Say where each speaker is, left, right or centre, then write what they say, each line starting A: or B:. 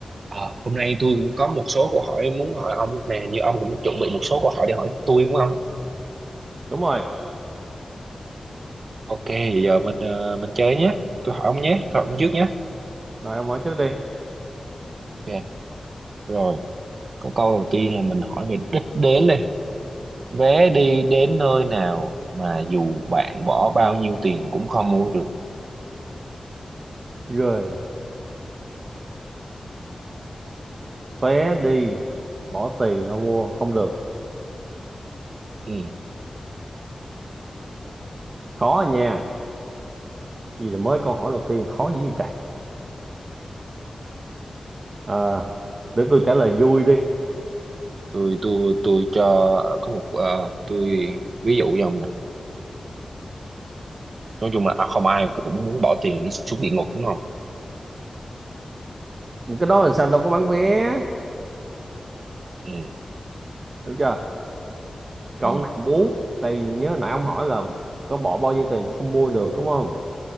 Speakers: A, on the right (about 65°); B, on the right (about 50°).
A: Ờ, hôm nay tôi cũng có một số câu hỏi muốn hỏi ông nè, như ông cũng chuẩn bị một số câu hỏi để hỏi tôi đúng không?
B: đúng rồi
A: Ok, vậy giờ mình ờ, mình chơi nhé. Tôi hỏi ông nhé, tôi hỏi ông trước nhé.
B: rồi ông hỏi trước đi
A: Ok, rồi, có câu đầu tiên là mình hỏi về đích đến đây. Vé đi đến nơi nào mà dù bạn bỏ bao nhiêu tiền cũng không mua được.
B: rồi vé đi bỏ tiền ra mua không được
A: Ừ.
B: khó à nha gì là mới câu hỏi đầu tiên mà khó dữ vậy trời à, để tôi trả lời vui đi
A: Tôi tôi tôi cho có một ờ, tôi ví dụ cho ông nè. Nói chung là à, không ai cũng muốn bỏ tiền đi xuống địa ngục đúng không?
B: cái đó là sao đâu có bán vé
A: Ừ.
B: được chưa còn
A: Ừ.
B: cái này muốn tại vì nhớ nãy ông hỏi là có bỏ bao nhiêu tiền cũng không mua được đúng không